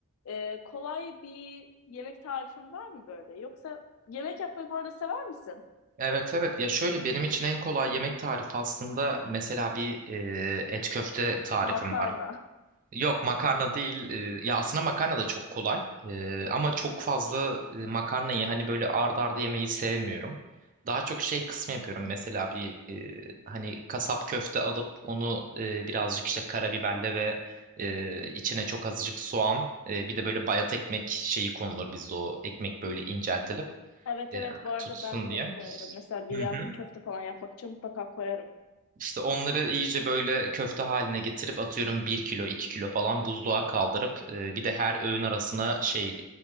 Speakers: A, on the left; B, on the right.
A: e, kolay bir yemek tarifin var mı böyle? Yoksa yemek yapmayı bu arada sever misin?
B: Evet evet ya şöyle benim için en kolay yemek tarifi aslında mesela bir e, et köfte tarifim
A: Makarna.
B: var. Yok makarna değil E, ya aslında makarna da çok kolay E, ama çok fazla e, makarnayı hani böyle ard arda yemeyi sevmiyorum. Daha çok şey kısmı yapıyorum mesela bir e, hani kasap köfte alıp onu e, birazcık işte karabiberle ve e, içine çok azıcık soğan e, bir de böyle bayat ekmek şeyi konulur bizde o ekmek böyle inceltilip
A: Evet
B: e,
A: evet bu arada
B: tutsun
A: ben de hep
B: diye.
A: koyarım. Mesela bir
B: Hı
A: yap,
B: hı.
A: köfte falan yapmak için mutlaka koyarım.
B: İşte onları iyice böyle köfte haline getirip atıyorum bir kilo 2 kilo falan buzluğa kaldırıp e, bir de her öğün arasına şey